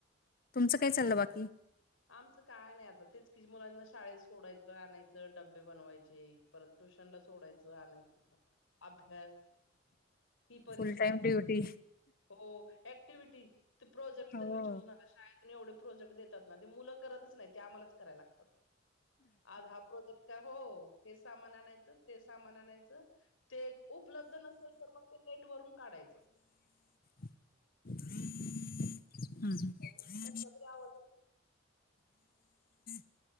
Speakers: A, on the left; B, on the left.
A: तुमचं काय चाललं बाकी....
B: आमचं काय नाही आता तेच कि मुलांना शाळेत सोडायचं, आणायचं, डबे बनवायचे परत ट्युशनला.... सोडायचं, आणायचं अभ्यास... ही परीक्षा
A: फुल टाइम ड्युटी
B: हो एक क्टीविटी ते प्रोजेक्ट
A: हो
B: तर विचरूच नका शाळेतनी एवढ प्रोजेक्ट देतात. ना ते मुलं करतच नाहीत ते आम्हालाच कराय लागतात आज हा प्रोजेक्ट करा हो हे सामान आणायचं ते सामान आणायचं ते उपलब्ध नसल तर मग ते नेट वरून काढायचं.
A: <inaudible> हा.
B: हॅलो, कसला तरी आवाज येतो
A: <inaudible>